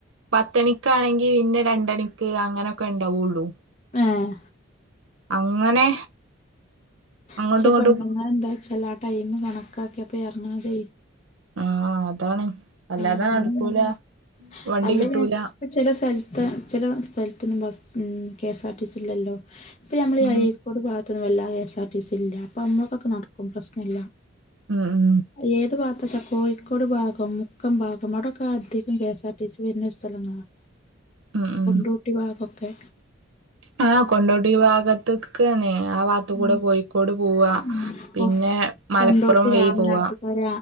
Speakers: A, on the right; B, on the left.
A: പത്തണിക്കാണെങ്കി പിന്നെ രണ്ടണിക്ക് അങ്ങനെയൊക്കെ ഉണ്ടാവുള്ളൂ
B: ഏഹ്
A: അങ്ങനെ അങ്ങോട്ടും
B: പക്ഷെ
A: ഇങ്ങോട്ടും
B: പെണ്ണുങ്ങൾ എന്താ വെച്ചാ ആ ടൈം കണക്കാക്കിയപ്പ ഇറങ്ങണെതെ
A: ആഹ് അതാണ് അല്ലാത
B: അങ്ങനെണ്ട്.
A: നടക്കൂല വണ്ടി
B: അല്ല
A: കിട്ടൂല
B: ഇപ്പ ചില സ്ഥലത്ത ചില സ്ഥലത്തൊന്നും bus KS R T C ഇല്ലല്ലോ ഇപ്പ നമ്മള
A: ഉം
B: അഴിക്കോട് ഭാഗത്തൊന്നും വല്ലാ K S R T C ഇല്ല അപ്പൊ നമ്മൾക്കൊക്കെ നടക്കും പ്രശ്നല്ല
A: ഉം ഉം
B: ഏത് ഭാഗത്തച്ചാ കോയിക്കോട് ഭാഗ മുക്കം ഭാഗം അവ്ടൊക്കെ അധികം K S R T C വരുന്ന <unintelligible>
A: ഉം ഉം
B: റൂട്ടി ഭാഗകൊക്കെ
A: ആഹ് കൊണ്ടോട്ടി ഭാഗത്തക്ക് തന്നെ ആ ഭാഗത്ത്
B: ഉം.
A: കൂടെ കോഴിക്കോട് പോവാ
B: ഉം. കൊ
A: പിന്നെ മലപ്പുറം
B: കൊണ്ടോട്ടി
A: വഴി
B: രാമനാട്ടുകര
A: പോവാ